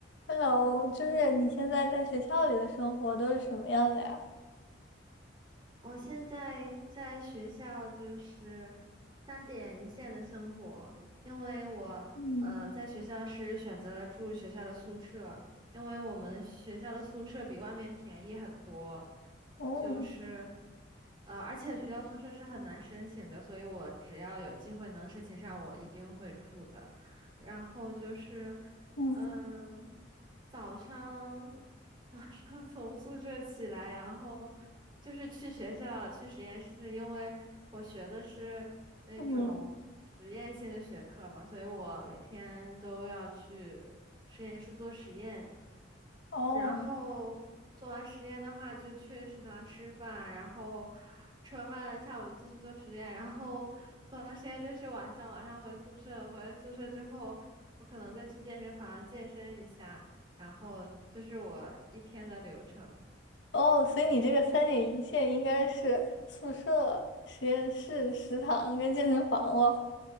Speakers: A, on the left (about 75°); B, on the right (about 25°).
A: Hello，就是你现在在学校里的生活都是什么样的呀？
B: 我现在在学校就是三点一线的生活，因为我呃在学校是选择了住学校的宿舍，
A: 嗯
B: 因为我们学校的宿舍比外面便宜很多，
A: 哦，
B: 就是呃而且学校宿舍是很难申请的，所以我只要有机会能申请上，我一定会住的。然后就是
A: 嗯
B: 嗯、早上。<laughs> 早上从宿舍起来，然后就是去学校去实验室，因为我学的是那种实验性的学科嘛，
A: 嗯，
B: 所以我每天都要去实验室做实验。
A: 哦
B: 然后做完实验的话，就去食堂吃饭，然后吃完饭下午继续做实验，然后做完实验就是晚上，晚上回宿舍，回宿舍之后，我可能再去健身房健身一下，然后就是我一天的流程。
A: 哦，所以你这个三点一线应该是宿舍、实验室、食堂跟健身房了。